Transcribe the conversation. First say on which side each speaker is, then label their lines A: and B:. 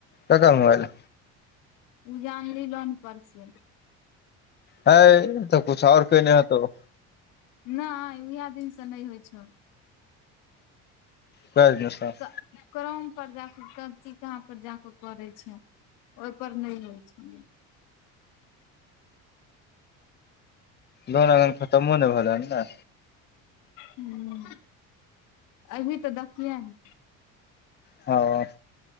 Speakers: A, on the left; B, on the left.
A: ककर मोबाइल
B: ऊं जे आनली लोन परसे
A: हय तऽ कुछ आओर कअने हेतौ
B: नहि उएह दिनसँ नहि होय छौ
A: कैर ने साफ
B: क करम पर जाके सब चीज कहाँ पर जाके करैइ छैइ ओहि पर नै होय छै
A: दोन अगन खतम मोने भेलला ने
B: हूं अभी तऽ देखियौ न
A: हँ